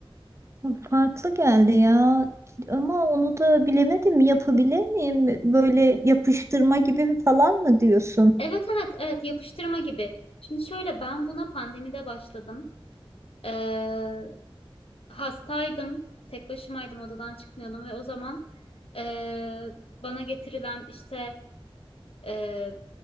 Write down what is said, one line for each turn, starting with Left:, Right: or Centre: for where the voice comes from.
Right: farklı geldi ya ama onu da bilemedim yapabilir miyim böyle yapıştırma gibi bir falan mı diyorsun?
Left: Evet evet evet yapıştırma gibi. Şimdi şöyle ben buna pandemide başladım. Ee, hastaydım. Tek başımaydım odadan çıkmıyordum ve o zaman ee, bana getirilen işte ee,